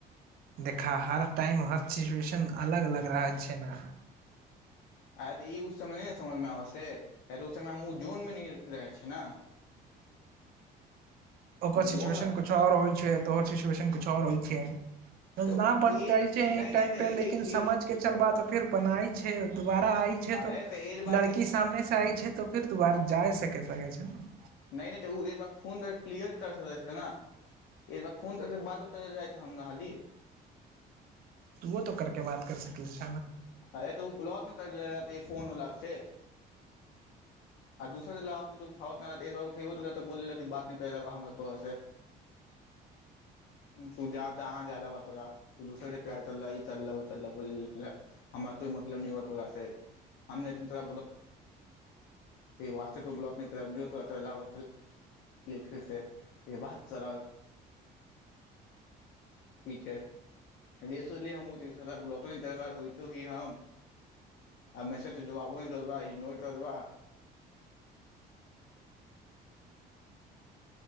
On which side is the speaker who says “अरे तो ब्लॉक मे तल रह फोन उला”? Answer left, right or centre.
Left